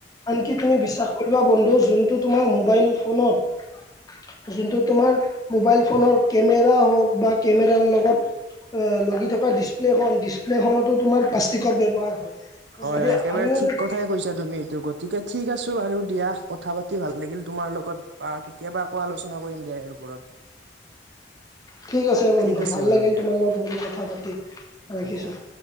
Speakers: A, on the left (about 20°); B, on the right (about 70°).
A: আনকি তুমি বিশ্বাস কৰিবা বন্ধু যোনটো তোমাৰ মোবাইল ফোনত যোনটো তোমাৰ মোবাইল ফোনৰ কেমেৰা হওক বা কেমেৰাৰ লগত এ লগি থকা ডিচপ্লেখন ডিচপ্লেখনতো তোমাৰ প্লাষ্টিকৰ ব্যৱহাৰ হয়।
B: হয়
A: যদি
B: হয় একেবাৰে
A: আমিও
B: ঠিক
A: যদি
B: কথাই কৈছা তুমি এইটো গতিকে ঠিক আছো বাৰু দিয়া কথা পাতি ভাল লাগিল তোমাৰ লগত। বা কেতিয়াবা আকৌ আলোচনা কৰিম দিয়া ইয়াৰ ওপৰত
A: ঠিক আছে বন্ধু
B: ঠিক আছে
A: ভাল
B: বাৰু
A: লাগিল
B: দিয়া
A: তোমাৰ লগত মোৰো কথা পাতি ৰাখিছোঁ।
B: দিয়া